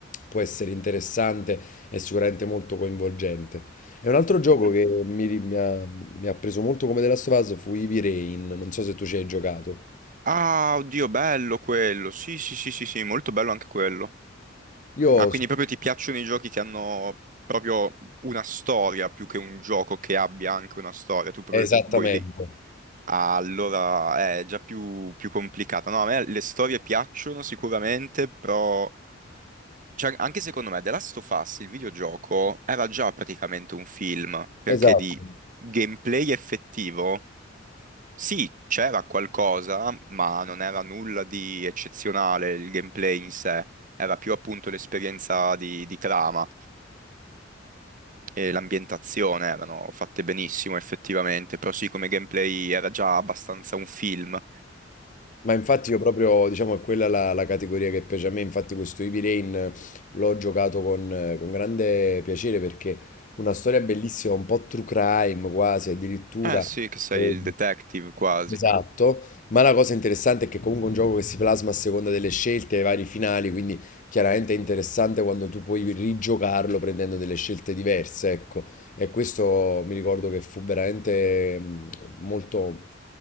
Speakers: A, on the left (about 40°); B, on the right (about 45°).
A: può essere interessante e sicuramente molto coinvolgente. E un altro gioco
B: Mm.
A: che mi, ri- mi ha, mi ha preso molto come The Last of Us fu Heavy Rain, non so se tu ci hai giocato.
B: Ah, oddio, bello quello. Sì, sì, sì, sì, sì, molto bello anche quello.
A: Io...
B: Ah, quindi proprio ti piacciono i giochi che hanno proprio una storia più che un gioco che abbia anche una storia. Tu proprio
A: Esattamente,
B: vuoi dei, Allora, è già più, più complicata. No, a me le storie piacciono sicuramente, però... cioè, anche secondo me The Last of Us, il videogioco, era già praticamente un film, perché
A: esatto.
B: di gameplay effettivo, sì, c'era qualcosa, ma non era nulla di eccezionale il gameplay in sé. Era più appunto l'esperienza di, di trama e l'ambientazione erano fatte benissimo effettivamente, però sì, come gameplay era già abbastanza un film.
A: Ma infatti io proprio, diciamo, è quella la, la categoria che piace a me, infatti questo Heavy Rain eh, l'ho giocato con, eh, con grande piacere perché una storia bellissima, un po' true crime quasi, addirittura.
B: Eh sì, che sei
A: eh,
B: il detective quasi.
A: Esatto, ma la cosa interessante è che comunque è un gioco che si plasma a seconda delle scelte, ai vari finali, quindi chiaramente è interessante quando tu puoi rigiocarlo prendendo delle scelte diverse, ecco. E questo mi ricordo che fu veramente mm, molto,